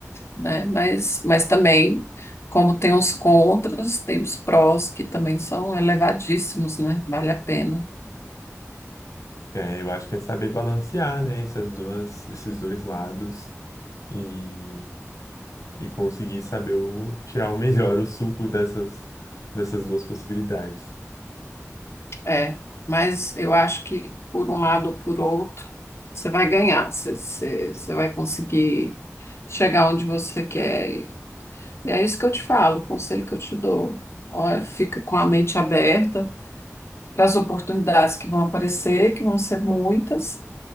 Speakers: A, on the left; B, on the left.
A: né? Mas, mas também, como tem os contras, tem os prós que também são elevadíssimos, né? Vale a pena.
B: É, eu acho que é saber balancear, né, essas duas, esses dois lados e, e conseguir saber o, tirar o melhor, o suco dessas, dessas duas possibilidades.
A: É, mas eu acho que, por um lado ou por outro, você vai ganhar, você, você, você vai conseguir chegar onde você quer E é isso que eu te falo, o conselho que eu te dou. Olha, fica com a mente aberta para as oportunidades que vão aparecer, que vão ser muitas,